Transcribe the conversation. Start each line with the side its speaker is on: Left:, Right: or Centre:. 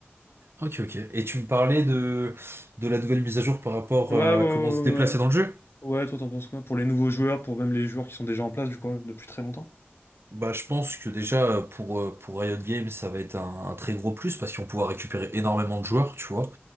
Right: Ok, ok. Et tu me parlais de, de la nouvelle mise à jour par rapport
Left: Ouais,
Right: à
Left: ouais, ouais,
Right: comment se
Left: ouais.
Right: déplacer
Left: Ouais,
Right: dans le jeu?
Left: Ouais, toi t'en penses quoi? Pour les nouveaux joueurs, pour même les joueurs qui sont déjà en place, du coup, depuis très longtemps?
Right: Bah, je pense que déjà euh, pour, euh, pour Riot Games, ça va être un, un très gros plus parce qu'ils vont pouvoir récupérer énormément de joueurs, tu vois.